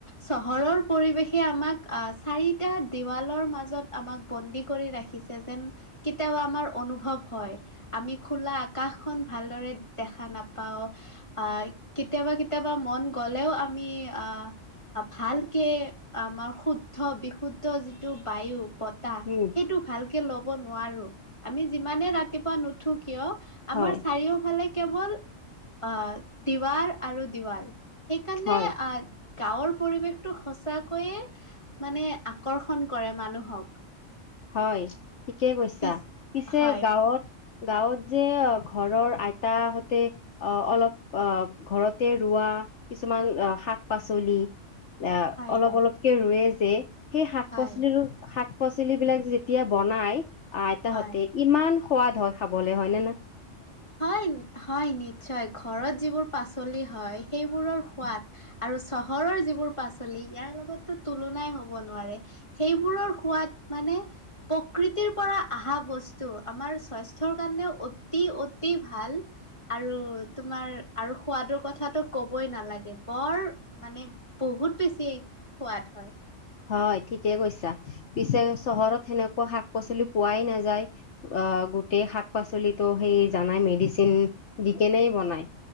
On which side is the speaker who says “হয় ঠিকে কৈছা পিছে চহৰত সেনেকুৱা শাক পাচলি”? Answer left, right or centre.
Left